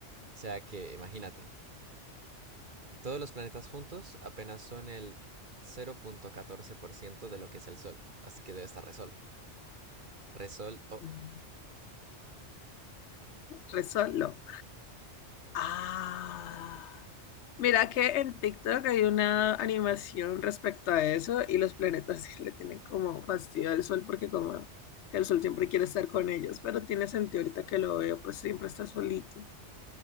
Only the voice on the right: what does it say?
O sea que, imagínate, todos los planetas juntos apenas son el 0.14% de lo que es el sol. Así que debe estar re sola. Re sol.